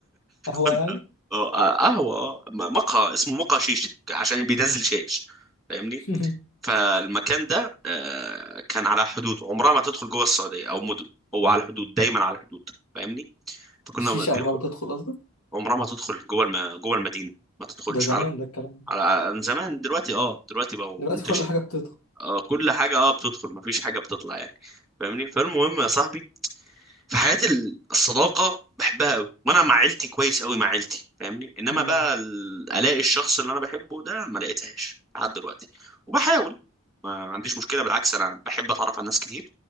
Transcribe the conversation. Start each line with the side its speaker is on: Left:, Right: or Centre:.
Left: قهوه
Centre: فن-
Left: يعني
Centre: آه، قهوه آه، م- مقهى اسمه مقهى شيشه عشان بينزل شاش فاهمني
Left: <laughs>
Centre: فالمكان ده آه، كان على حدود عمرها ما تدخل جوه السعوديه او مدن هو على الحدود دايما على الحدود فاهمني فكنا
Left: الشيشه
Centre: بندخل
Left: عمرها ما بتدخل قصدك
Centre: عمرها ما تدخل جوه الم... جوه المدينه ما تدخلش
Left: ده زمان
Centre: على
Left: ده الكلام ده
Centre: على عن زمان دلوقتي اه دلوقتي بقى
Left: دلوقتي
Centre: منتشر
Left: كل حاجه بتدخل
Centre: اه كل حاجة اه بتدخل مفيش حاجة بتطلع يعني فاهمني فالمهم يا صاحبي في حياة ال- الصداقة بحبها قوي وانا مع عيلتي كويس قوي مع عيلتي فاهمني انما
Left: مم.
Centre: بقى ال- الاقي الشخص اللي انا بحبه ده ما لقيتهاش لحد دلوقتي وبحاول ما عنديش مشكلة بالعكس انا بحب اتعرف على ناس كتير